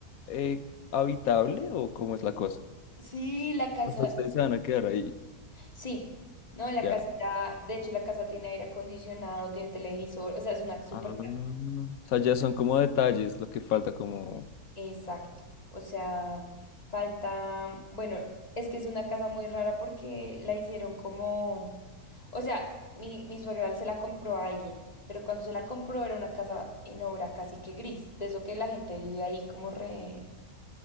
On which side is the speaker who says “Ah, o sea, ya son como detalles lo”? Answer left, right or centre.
Left